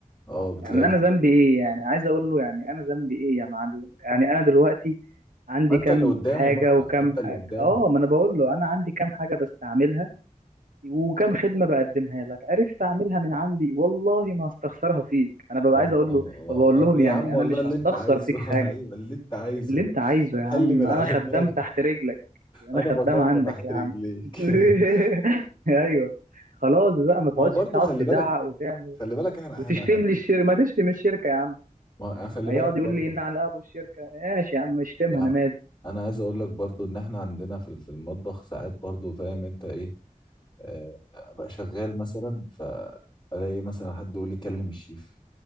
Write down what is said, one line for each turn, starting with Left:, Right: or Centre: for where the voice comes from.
Left: اه بتلاقيه
Right: يعني انا
Left: في...
Right: ذنبي ايه يعني عايز اقول له يعني انا ذنبي ايه يا معلم يعني انا دلوقتي عندي
Left: ما انت
Right: كام
Left: اللي قدامه
Right: حاجه
Left: بقى
Right: وكام
Left: ما انت اللي
Right: حاجه
Left: قدامه
Right: اه ما انا بقول له انا عندي كام حاجه بستعملها وكام خدمه بقدمها لك عرفت اعملها من عندي والله ما هستخسرها فيك انا ببقى
Left: اه
Right: عايز
Left: اه
Right: اقول له بقول لهم
Left: اه يا
Right: يعني
Left: عم والله
Right: انا مش
Left: اللي
Right: هستخسر
Left: انت عايزه
Right: فيك
Left: <laughs>
Right: حاجه
Left: ايوه اللي انت عايزه
Right: اللي انت عايزه يا
Left: حل
Right: عم
Left: من
Right: انا
Left: على
Right: خدام
Left: دماغي
Right: تحت رجلك انا
Left: انا
Right: خدام
Left: بطاطا
Right: عندك
Left: تحت
Right: يا
Left: رجليك
Right: عم <laughs>
Left: <laughs>
Right: ايوه خلاص بقى ما تقعدش
Left: ما هو برضه
Right: تقعد
Left: خلي
Right: تزعق
Left: بالك
Right: وتعمل
Left: خلي بالك احنا
Right: وتشتم
Left: احنا
Right: لي الشركه ما تشتم الشركه يا عم
Left: ما خلي
Right: هيقعد
Left: بالك برضه
Right: يقول لي إيه، ان على الاب والشركه ماشي يا عم اشتمها
Left: يعني
Right: انا مالي
Left: انا عايز اقول لك برضه ان احنا عندنا في في المطبخ ساعات برضه فاهم انت ايه آه، ابقى شغال مثلا فالاقي مثلا حد يقول لي كلم الشيف